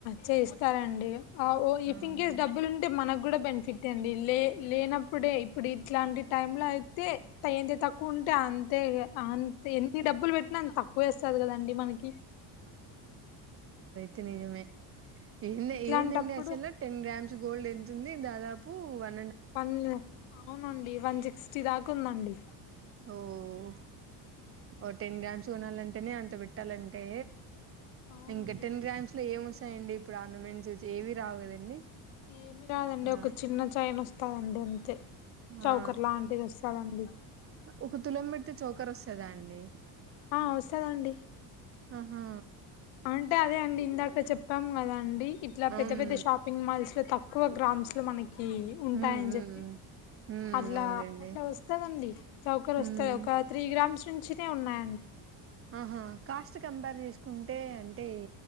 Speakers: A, on the left (about 85°); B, on the right (about 30°).
A: చేస్తారండి ఆ వ
B: ఆహా
A: ఇన్ కేస్ డబ్బులు ఉంటే మనకి కూడా బెనిఫిట్ అండ్. లే లేనప్పుడే ఇప్పుడు ఇట్లాంటి టైం లా అయితే ఇంత తక్కువ తక్కువ ఉంటే అంతే అంతే ఎన్ని డబ్బులు పెట్టినా అంత తక్కువ అస్తది కదండి మనకి
B: తినిజమే ఏ
A: ఇట్లాంటప్పుడు
B: ఏందండి అసలు టెన్ గ్రామ్స్ గోల్డ్ ఎంతుంది దాదాపు పూవన్
A: పన్ను అవునండి వంజ్ స్టి దాక ఉందండి
B: ఓ ఓ ఒ టెన్ గ్రామ్స్ కొనాలంటేనే అంత పెట్టాలంటే
A: అవునండి
B: ఇంకా టెన్ గ్రామ్స్ లో ఏం వసయండి ఇప్పుడు ఆర్నమెంట్స్స్ ఏవి రావు కదండి
A: ఏమి రాదండి
B: ఆ
A: ఒక చిన్న చయన్ ఒస్తదండి అంతే
B: ఆ
A: చౌకర్ లాంటిది ఒస్తదండి
B: ఒక తులం పెడితే చౌకర్ ఒస్తదా అండి
A: ఆ వస్తదండి
B: ఆహా
A: అంటే అదే అండి ఇందాక చెప్పాము కదా అండి ఇట్లా
B: అమ్
A: పెద్ద పెద్ద షాపింగ్ మాల్స్లొ తక్కువ గ్రామ్స్ లో మన ఈ ఉంటాయని
B: ఉమ్ ఉమ్
A: చెప్పి
B: ఉమ్
A: అట్లా
B: అవునులేండి
A: అట్లా వస్తదండి చౌకర్ వస్తది
B: ఉమ్
A: ఒక త్రీ గ్రామ్స్ మంచినే ఉన్నాయి
B: ఆహా కాస్ట్ కమ్ బా అని వేసుకుంటే అంటే